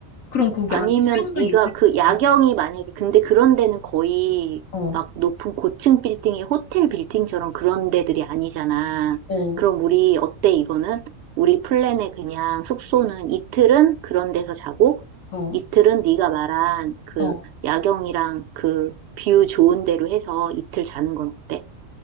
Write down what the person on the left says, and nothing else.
그럼 거기
안에 수영장
있을
거야.
어,
어,
어,
어.